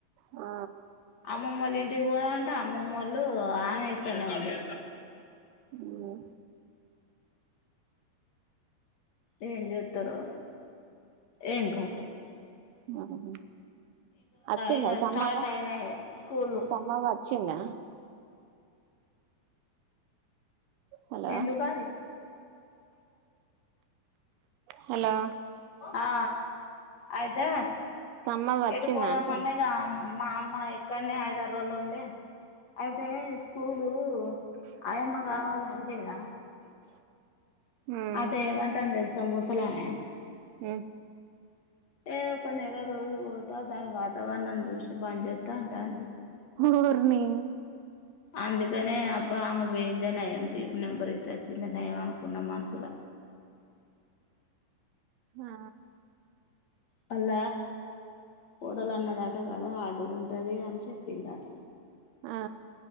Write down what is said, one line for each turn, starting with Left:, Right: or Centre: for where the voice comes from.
Right: ఆ
Left: అమ్మమ్మోళ్ళ ఇంటికి పోదమంటే అమ్మమ్మోళ్ళు ఆమె ఇట్లనే ఉండే
Right: మ్
Left: ఏం చేత్తరో ఏం కతో
Right: ఆ హ హుమ్ అచ్చిందా
Left: ఇగ
Right: సమ్మవ్వ
Left: స్టార్ట్ అయినాయి స్కూళ్ళు
Right: సమ్మవ్వ అచ్చిందా హలో
Left: ఎందుకది
Right: హలో
Left: ఆ అయితే
Right: సమ్మవ్వ వచ్చిందా
Left: ఎటు పోదామన్నా
Right: అంటున్నా
Left: ఇగ మా అమ్మ ఇక్కన్నే ఐదార్రోలు ఉండి అయితే స్కూలు ఆయమ్మ కావాలన్లేదా
Right: ఉమ్
Left: అయితే ఎమంటాంది తెలుస ముసలామె
Right: ఉమ్
Left: ఏ ఒక నెల రోజులు పోతా దాని వాతావరణం చూసి బన్చేస్తా అంటాంది
Right: ఓర్నీ
Left: అందుకనే అబ్బా అమే పోేయిందే నయం తీ ఇప్పుడు నిను పోయి ఇచ్చచ్చోచ్చిందే నయం అనుకున్న మనుసుల
Right: ఆ
Left: వాళ్ళ కోడలన్నదాట కాద అట్ ఉంటది అని చెప్పిందట
Right: ఆ